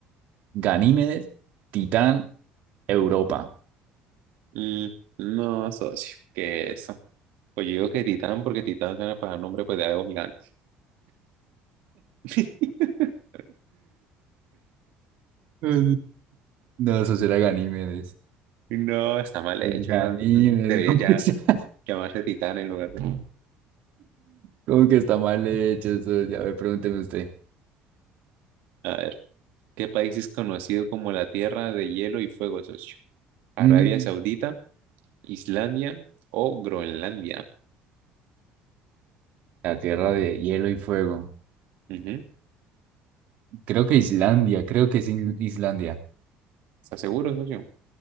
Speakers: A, on the right; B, on the right.
A: Ganímedes, Titán, Europa.
B: Mm, no, socio. ¿Qué eso? Pues yo digo que Titán, porque Titán suena para al nombre pues, de algo gigante. <laughs>
A: Eh, No, eso será Ganímedes.
B: No, está mal
A: Es
B: hecho.
A: Ganímedes.
B: Debería
A: <laughs> ¿Cómo
B: ya
A: que está
B: llamarse Titán en lugar de...
A: cómo que está mal hecho eso? A ver, pregúnteme usted.
B: A ver. ¿Qué país es conocido como la Tierra de Hielo y Fuego, socio? ¿Arabia
A: Mm,
B: Saudita, Islandia o Groenlandia?
A: La tierra de hielo y fuego.
B: Ujú.
A: Creo que Islandia, creo que es In- Islandia.
B: ¿Estás seguro, socio?